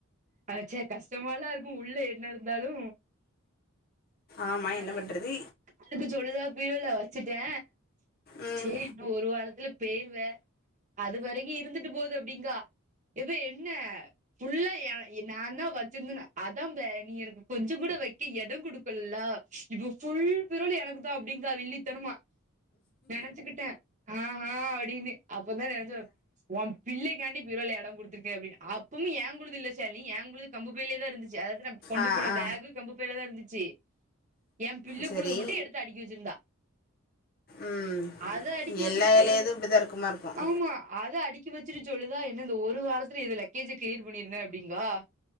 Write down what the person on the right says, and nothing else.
அட ச்ச கஷ்டமால இருக்கு உள்ள என்ன இருந்தாலு
அதா
அதுக்கு சொல்லுதா பீரோல வச்சுட்டே
சேரி இன்னு ஒரு வாரத்துல பேயிருவ அதுவரைக்கு இருந்துட்டு போது அப்டிங்கா எப்ப என்ன புல்லா ஏ ய நா தா வச்சிருந்தன அதா ப்ள நீ எனக்கு கொஞ்சங் கூட வெக்க எடோ குடுப்பல்லா இப்ப ஃபுல் பிருள் எனக்கு தா அப்டிங்கா வில்லித்தனமா நெனச்சுக்கிட்டே ஆஹா அப்படின்னு அப்பதா நெஜோ வோ பிள்ளைக்காண்டி பீரோல எடோ குடுத்துருக்க அப்புமு ஏங்குழுது இல்ல ஷாலினி ஏங்குழுது கம்பு பைலே தா இருந்துச்சு அத எடுத்து நா கொண்டு
போன
பேகு கம்பு பையில தா இருந்துச்சி ஏ பிள்ள
குழுது மட்டு எடுத்து அடுக்கி வெச்சிருந்தா
அத அடிக்கி வச்சுட்டு
சொல்லு
ஆமா அத அடிக் கி வெச்சிட்டு சொல்லுதா என்ன இந்த ஒரு வாரத்துல இது லக்கேஜ கிளியர் பண்ணிருனு அப்டிங்கா